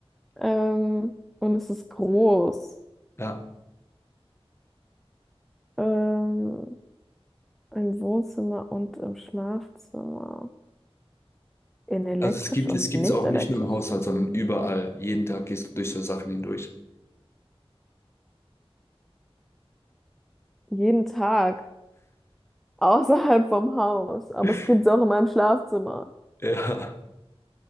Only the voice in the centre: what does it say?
Ähm, und es ist groß.
Ähm, im Wohnzimmer und im Schlafzimmer. In elektrisch
und
nicht
elektrisch.
Jeden Tag. Außerhalb vom Haus. Aber
es gibt es auch in meinem Schlafzimmer.